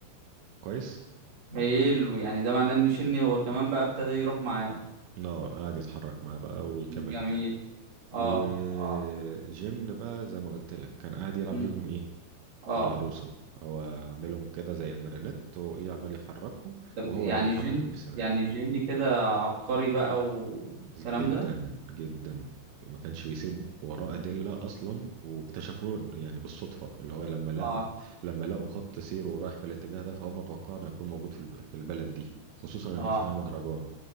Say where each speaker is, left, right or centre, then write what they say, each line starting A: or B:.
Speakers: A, on the right (about 85°); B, on the right (about 45°).
A: كويس
B: حلو يعني ده معناه ان شني هو كمان بقى ابتدى يروح معاه
A: اه قعد يتحرك معاه بقى ويكمل
B: جميل
A: في التعريف
B: اه
A: وجن
B: اه
A: بقى زي ما قلت لك كان قاعد يلعب
B: امم
A: بيهم ايه
B: اه
A: العروسة هو عاملهم كده زي المارينيت وايه عمال يحركهم
B: ده بج-
A: وهو
B: يعني
A: اللي بيحركهم
B: جن
A: في السيناريو
B: يعني جني كده عبقري بقى والكلام
A: جدا
B: ده
A: جدا ما كانش بيسيب وراه أدلة أصلا واكتشفوه يعني بالصدفة اللي هو لما لقى
B: اه
A: لما لقوا خط سيره رايح في الاتجاه ده فهم توقعوا إنه هيكون موجود في الب- في البلد دي خصوصا إن
B: اه
A: فيها مهرجان